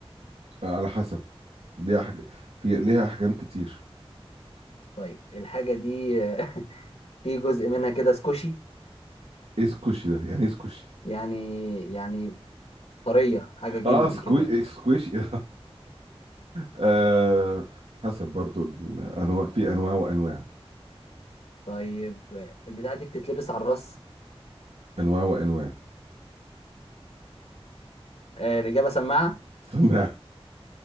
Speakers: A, on the right (about 80°); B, on the left (about 75°).
A: آه على حسب دي حاجة في ليها احجام كتير
B: طيب الحاجة دي <laughs> في جزء منها كده سكوشي
A: ايه سكوشي ده يعني ايه سكوشي
B: يعني يعني طرية حاجة جلد
A: اه سكوي
B: كده
A: سكويشي <laughs> آه حسب برضو الانواع في انواع وانواع
B: طيب البتاعة دي بتتلبس على الراس
A: انواع وانواع
B: آه الإجابة سماعة
A: سماع